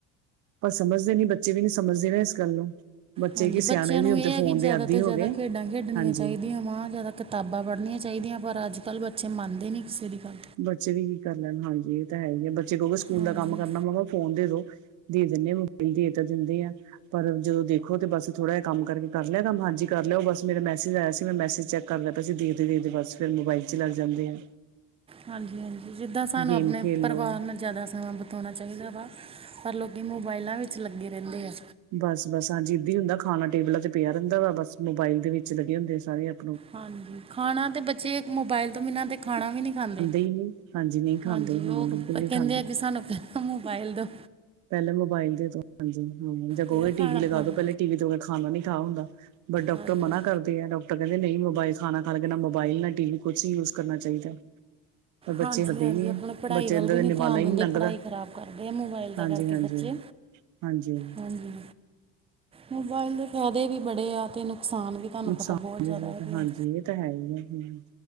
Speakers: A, on the right; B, on the right.
A: ਪਰ ਸਮਝਦੇ ਨੀ ਬੱਚੇ ਵੀ ਨੀ ਸਮਝਦੇ ਨਾ ਇਸ ਗੱਲ ਨੂੰ। ਬੱਚੇ
B: ਹਾਂਜੀ
A: ਕੀ ਸਿਆਣੇ
B: ਬੱਚਿਆਂ
A: ਵੀ
B: ਨੂੰ
A: ਹੁਣ
B: ਇਹ
A: ਤੇ
B: ਹੈ
A: ਫੋਨ
B: ਕਿ ਜ਼ਿਆਦਾ
A: ਦੇ ਆਦੀ
B: ਤੋਂ
A: ਹੋ
B: ਜ਼ਿਆਦਾ
A: ਗਏ
B: ਖੇਡਾਂ ਖੇਡਣੀਆਂ
A: ਹਾਂਜੀ-ਹਾਂਜੀ।
B: ਚਾਹੀਦੀਆਂ ਵਾਂ ਜ਼ਿਆਦਾ ਕਿਤਾਬਾਂ ਪੜ੍ਹਨੀਆਂ ਚਾਈਦੀਆਂ ਪਰ, ਅੱਜ ਕੱਲ੍ਹ ਬੱਚੇ ਮੰਨਦੇ ਨ‌ੀ ਕਿਸੇ ਦੀ ਗੱਲ।
A: ਬੱਚੇ ਵੀ ਕੀ ਕਰ ਲੈਣ। ਹਾਂਜੀ, ਇਹ ਤਾਂ ਹੈ ਈ ਆ, ਬੱਚੇ ਕ‌ਊਗੇ ਸਕੂਲ
B: ਹਾਂਜੀ
A: ਦਾ ਕੰਮ ਕਰਨਾ ਮੰਮਾ ਫੋਨ ਦੇ ਦੋ। ਦੇ ਦਿੰਦੇ ਆ, ਮੁੜਕੇ ਦੇ ਤਾਂ ਦਿੰਦੇ ਆ। ਪਰ ਜਦੋਂ ਦੇਖੋ ਤੇ ਬਸ ਥੋੜ੍ਹਾ ਜਿਹਾ ਕੰਮ ਕਰਕੇ, ਕਰ ਲਿਆ ਕੰਮ ਹਾਂਜੀ, ਕਰ ਲਿਆ ਉਹ ਬਸ ਮੇਰਾ ਮੈਸੇਜ ਆਇਆ ਸੀ ਮੈਂ ਮੈਸੇਜ ਚੈੱਕ ਕਰਦਾ ਪਇਆ ਸੀ ਦੇਖਦੇ-ਦੇਖਦੇ ਬਸ ਫੇਰ ਮੋਬਾਈਲ 'ਚ ਲੱਗ ਜਾਂਦੇ ਆ।
B: ਹਾਂਜੀ-ਹਾਂਜੀ, ਜਿੱਦਾਂ ਸਾਨੂੰ
A: ਗੇਮ
B: ਆਪਣੇ
A: ਖੇਲ
B: ਪਰਵਾਰ
A: ਲੋ
B: ਨਾਲ ਜ਼ਿਆਦਾ ਸਮਾਂ ਬਿਤਾਉਣਾ ਚਾਈਦਾ ਵਾ। ਪਰ ਲੋਕੀ ਮੋਬਾਇਲਾਂ ਵਿੱਚ ਲੱਗੇ ਰਹਿੰਦੇ ਐ।
A: ਬਸ-ਬਸ ਹਾਂਜੀ ਏਦਾਂ ਈ ਹੁੰਦਾ ਖਾਣਾ ਟੇਬਲਾਂ ਤੇ ਪਿਆ ਰਹਿੰਦਾ ਵਾ, ਬਸ ਮੋਬਾਇਲ ਦੇ ਵਿੱਚ ਲੱਗੇ ਹੁੰਦੇ ਆ ਸਾਰੇ ਆਪ
B: ਹਾਂਜੀ, ਖਾਣਾ ਤੇ ਬੱਚੇ ਮੋਬਾਇਲ ਤੋਂ ਬਿਨਾਂ ਤੇ ਖਾਣਾ ਵੀ ਨੀ ਖਾਂਦੇ।
A: ਹੀ ਨਹੀਂ ਹਾਂਜੀ ਨਹੀਂ ਖਾਂਦੇ
B: ਹਾਂਜੀ,
A: ਹਾਂ
B: ਉਹ
A: ਬਿਲਕੁਲ
B: ਤਾ
A: ਨਹੀਂ
B: ਕਹਿੰਦੇ
A: ਖਾਂਦੇ
B: ਆ ਕਿ ਸਾਨੂੰ ਪਹਿਲਾਂ ਮੋਬਾਇਲ ਦ‌ਉ।
A: ਪਹਿਲਾ ਮੋਬਾਇਲ ਦੇਦੋ ਹਾਂਜੀ ਹਾਂ, ਜਾ ਕੋੋ
B: ਫਿਰ ਖਾਣਾ
A: ਟੀ ਵੀ ਲਗਾ
B: ਖਾਣਾ
A: ਦੋ ਪਹਿਲੇ ਟੀ ਵੀ ਤੋਂ, ਬਿਨਾ ਖਾਣਾ ਨੀ ਖਾ ਹੁੰਦਾ। ਬਟ ਡਾਕਟਰ
B: ਹਾਂਜੀ
A: ਮਨਾ ਕਰ ਤੇ ਇਹ ਡਾਕਟਰ ਕਹਿੰਦੇ ਨ‌ਈਂ ਮੋਬਾਇਲ, ਖਾਣਾ ਖਾਣ ਲੱਗੇ ਨਾ ਮੋਬਾਇਲ, ਨਾ ਟੀ ਵੀ ਕੁਛ ਯੂਜ ਕਰਨਾ ਚਾਈਦਾ। ਪਰ ਬੱਚੇ
B: ਹਾਂਜੀ
A: ਹੱਟਦੇ
B: ਹਾਂਜੀ
A: ਈ ਨੀ
B: ਆਪਣੇ
A: ਐ,
B: ਪੜ੍ਹਾਈ
A: ਬੱਚੇ
B: ਵੱਲ
A: ਅੰਦਰ
B: ਵੀ ਨਹੀਂ
A: ਨਿਵਾਲਾ
B: ਧਿਆਨ
A: ਈ
B: ਦਿੰਦੇ
A: ਨੀ ਲੰਘਦਾ।
B: ਪੜ੍ਹਾਈ ਖ਼ਰਾਬ ਕਰਦੇ ਆ ਮੋਬਾਇਲ ਦਾ
A: ਹਾਂਜੀ
B: ਕਰਕੇ
A: ਹਾਂਜੀ।
B: ਬੱਚੇ।
A: ਹਾਂਜੀ
B: ਹਾਂਜੀ। ਮੋਬਾਇਲ ਦੇ ਫ਼ਾਇਦੇ ਵੀ ਬੜੇ ਆ ਤੇ ਨੁਕਸਾਨ ਵੀ। ਤੁਹਾਨੂੰ
A: ਨੁਕਸਾਨ
B: ਪਤਾ ਬਹੁਤ ਜ਼ਿਆਦਾ
A: ਵੀ
B: ਹੈਗੇ
A: ਹੈ ਹਾਂਜੀ
B: ਆ।
A: ਇਹ ਤਾਂ ਹੈ ਹੀ ਹੈ।